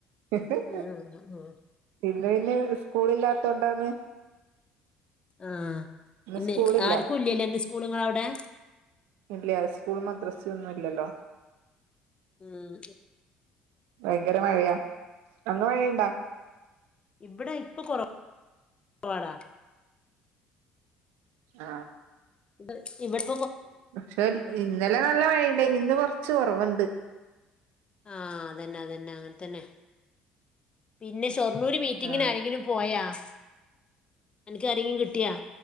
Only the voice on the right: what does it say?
ഹ് ഹ്.
ഇന്ന് പിന്നെ സ്കൂൾ ഇല്ലാതോണ്ടാന്ന്
സ്കൂളില്ല
ഇല്യ സ്കൂളും മദ്രസൊന്നും ഇല്ലല്ലോ
ഭയങ്കര മഴയ. അങ്ങ് മഴയുണ്ടോ?
ആ
പക്ഷെ ഇന്നലെ നല്ല മഴയി ണ്ടന് ഇന്ന് കൊറച്ച് കൊറവ്ണ്ട്
ആ